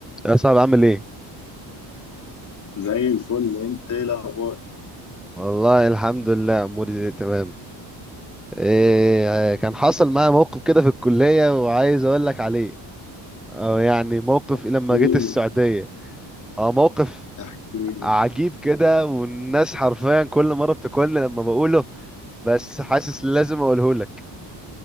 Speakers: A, in the centre; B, on the left.
A: يا صاحبي عامل ايه
B: زي الفل انت ايه الاخبار
A: والله الحمد لله اموري زي تمام إيه كان حصل معايا موقف كده في الكليه وعايز اقول لك عليه أو يعني موقف
B: احكيلي
A: إيه لما جيت السعوديه هو موقف
B: احكيلي
A: عجيب كده والناس حرفيا كل مره بتاكلني لما بقوله بس حاسس لازم اقوله لك